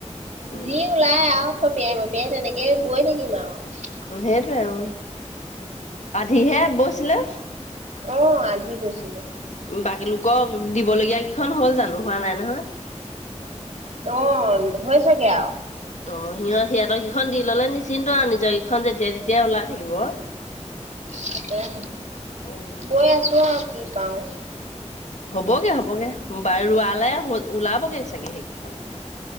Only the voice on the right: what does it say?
যি ওলাই আৰু, থপিয়াই মপিয়াই তেনেকেই বৈ থাকিম আৰু।
অ', আধি বৈছিলো।
অ', হৈচেগে আৰু।
তাকেহে
বৈ আছো আৰু কি পাওঁ।